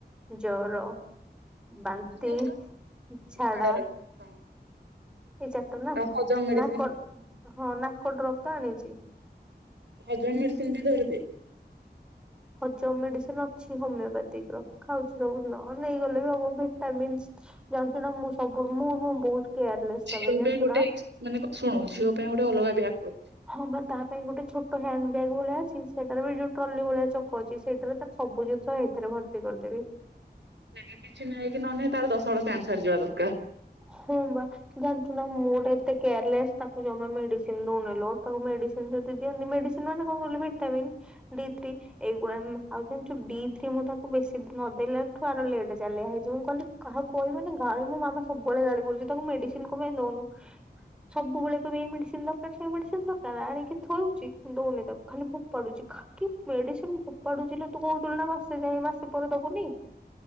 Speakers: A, in the centre; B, on the right.
A: ଜର, ବାନ୍ତି,
B: ଯାଇଥିବୁ ନା
A: ଝାଡ଼ା।
B: ଝାଡା ରହିବୁ।
A: ଏଇ
B: ହଁ
A: ଚାରିଟା ନା
B: ଆଉ ହଜମ ମେଡିସିନ
A: ନାକ ହଁ ନାକ ଡ୍ରପ ତ ଆଣିଚି।
B: ହଜମ ମେଡିସିନ ବି ଧରି ଦେ।
A: ହଜମ ମେଡିସିନ ଅଛି ହୋମିଓପାତିିକ ର। ଖାଉଚି ସବୁନଉ ନେଇଗଲେ ବି ହମ ଭିଟାମିନ୍ସ ଜାଣିଚୁ ନା ମୁଁ ସବୁ ମୁଁଁ ମୁଁ ବହୁତ କେୟାରଲେସ୍
B: ଝିଅ
A: ତା ପାଇଁ ଜାଣିଚୁ
B: ଗୋଟେ
A: ନା?
B: ଏକ୍ସ- ମାନେ ଶୁଣୁ ଝିଅ ପାଇଁ ଗୋଟେ ଅଲଗା ବ୍ୟାଗ କର।
A: ହଁ ବା ତା ପାଇଁ ଗୋଟେ ଛୋଟ ହ୍ୟାଣ୍ଡ ବ୍ୟାଗ୍ ଭଳିଆ ଅଛି, ସେଟାରେ ବି ଯୋଉ ଟ୍ରଲି ଭଳିଆ ଚକ ଅଛି ସେଇଟାରେ ସବୁ ଜିନିଷ ହେଇଥିରେ ଭର୍ତ୍ତି କରିଦେବି।
B: ଏବେ କିଛି ନ କି ନ ନ ତାର ଦଶ ବଳ ପ୍ୟାଣ୍ଟ ସାର୍ଟ ଯିବା ଦରକାର।
A: ହଁ ବା ଜାଣିନ୍ତୁ ନା ମୁଁ ଟା ଏତେ କେୟାରଲେସ୍ ତାକୁ ଜମା ମେଡିସିନ ଦଉନି ଲୋ ତାକୁ ମେଡିସିନ ଯଦି ଦିଅନ୍ତି ମେଡିସିନ ମାନେ କଣ କହିଲ ଭିଟାମିନ ଡି ଥ୍ରି। ଏଇଗୁଡ଼ା ଆଉ ଜାଣିଚୁ ଡି ଥ୍ରୀ ମୁଁ ତାକୁ ବେଶୀ ନଦେଲା ଠୁ ଆର ଲେଟ ଚାଲିଆ ହେଇଚି ମୁଁ କହିଲି କାହା କହିବନି। ଗାଳି ମୋ ମାମା ସବୁବେଳେ ଗାଳି କରୁଚି ତାକୁ ମେଡିସିନ କଣ ପାଇଁ ଦଉନୁ? ସବୁବେେଳେ କଇବେ ଏ ମେଡିସିନ ଦରକାର ସେଇ ମେଡିସିନ ଦରକାର। ଆଣିକି ଥଉଚି ଦଉନି ତାକୁ। ଖାଲି ଫୋପାଡୁଚି ଖା କି ମେଡିସିନ ଫୋପାଡୁଚି ଲୋ। ତୁ କହୁଥିଲୁ ନା ମାସେ ଯାଇଏ ମାସେ ପରେ ଦବୁନି।